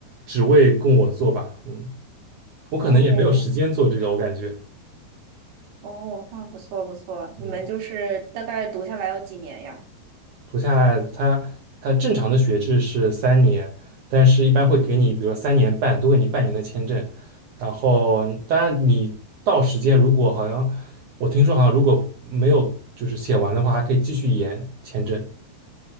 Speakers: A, on the right; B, on the right.
A: 职位供我做吧。嗯，我可能也没有时间做这个，
B: 哦，
A: 我感觉。
B: 哦，那不错不错，你们就是大概读下来要几年呀？
A: 嗯读下来它它正常的学制是三年，但是一般会给你，比如说三年半，多给你半年的签证。然后当然你到时间如果好像我听说好像如果没有就是写完的话，还可以继续延签证，